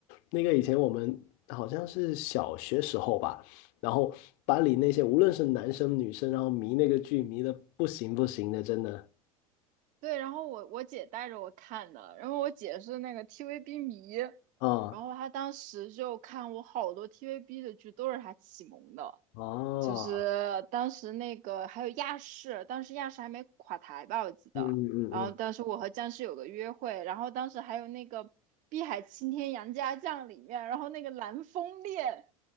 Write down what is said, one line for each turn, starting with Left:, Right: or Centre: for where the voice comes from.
Left: 那个以前我们好像是小学时候吧，然后班里那些无论是男生女生，然后迷那个剧迷的不行不行的，真的
Right: 对，然后我我姐带着我看的，然后我姐是那个 TVB 迷，
Left: 啊
Right: 然后她当时就看我好多 TVB 的剧都是她启蒙的，
Left: 哦，
Right: 就是当时那个还有亚视，当时亚视还没垮台吧，我记得，
Left: 嗯嗯嗯，
Right: 然后当时我和僵尸有个约会，然后当时还有那个《碧海青天杨家将》里面，然后那个蓝风恋，